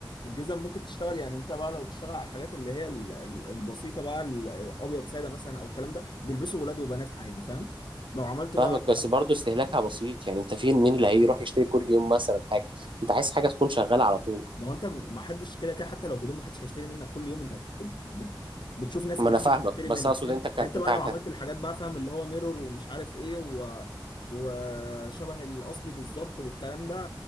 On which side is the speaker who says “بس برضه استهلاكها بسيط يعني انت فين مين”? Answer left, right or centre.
Right